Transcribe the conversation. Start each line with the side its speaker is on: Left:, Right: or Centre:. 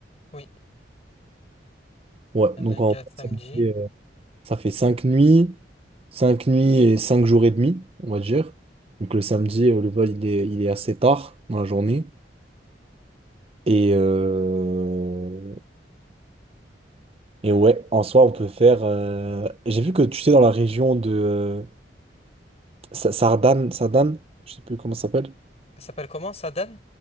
Left: oui,
Right: Ouais,
Left: un
Right: donc
Left: lundi
Right: en vrai,
Left: à samedi.
Right: ça fait, euh, ça fait cinq nuits, cinq nuits et cinq jours et demi, on va dire. Donc le samedi, euh, le vol, il est, il est assez tard dans la journée. Et, euh, et ouais, en soi, on peut faire. euh, J'ai vu que tu sais, dans la région de euh, Sa- Sardane, Sardane, je sais plus comment ça s'appelle.
Left: Ça s'appelle comment, Sadan?